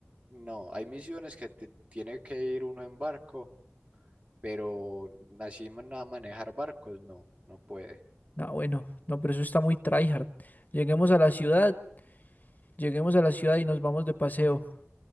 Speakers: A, on the right; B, on the left.
A: No, hay misiones que te tiene que ir uno en barco, pero así man- a manejar barcos, no, no puede.
B: Ah, bueno, no, pero eso está muy tryhard. Lleguemos a la ciudad, lleguemos a la ciudad y nos vamos de paseo.